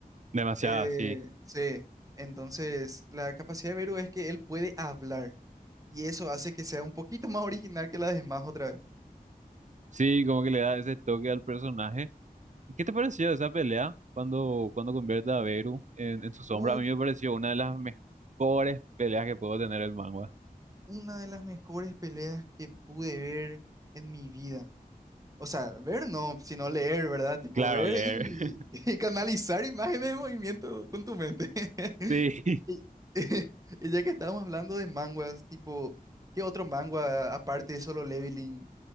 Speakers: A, on the right; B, on the right.
A: Demasiado,
B: Eh,
A: sí.
B: sí, entonces la capacidad de Beru es que él puede hablar y eso hace que sea un poquito más original que la de Smash otra vez.
A: Sí, como que le da ese toque al personaje. ¿Y qué te pareció esa pelea cuando, cuando convierte a Beru en, en su sombra?
B: Uh,
A: A mí me pareció una de las mejores peleas que puedo tener el manga.
B: una de las mejores peleas que pude ver en mi vida. O sea, ver no, sino leer, ¿verdad? Tipo
A: Claro,
B: ver
A: leer.
B: y,
A: <laughs>
B: <laughs> y canalizar imágenes de movimiento con tu mente. <laughs>
A: Sí.
B: Y, <laughs> y ya que estábamos hablando de manguas, tipo, ¿qué otro manga aparte de Solo Leveling?